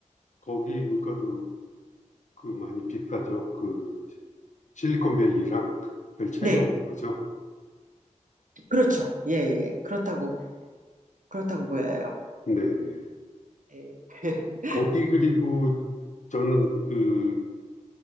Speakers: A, on the left; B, on the right.
A: 거기 물가도 그 많이 비싸죠. 그 실리콘밸리랑 별 차이가
B: 네,
A: 없는 거죠.
B: 그렇죠. 예, 예, 그렇다고 그렇다고 보여요.
A: 네.
B: 예. <laughs>
A: 거기 그리고 저는 그